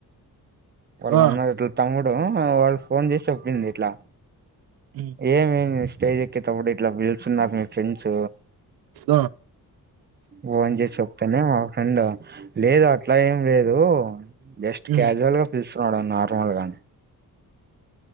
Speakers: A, on the right; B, on the right.
A: వాళ్ళ
B: ఆ
A: అన్న ఇట్ల తమ్ముడు వాళ్ళు ఫోన్ చేసి చెప్పింది ఇట్లా
B: ఉమ్
A: ఏమి స్టేజ్ ఎక్కేటప్పుడు ఇట్లా పిలుస్తున్నారు మీ ఫ్రెండ్స్
B: ఆ
A: ఫోన్ చేసి అతనే మా ఫ్రెండ్ లేదు అట్ల ఏం లేదు జస్ట్
B: ఉమ్
A: క్యాజువల్ గా పిలు నార్మల్గనే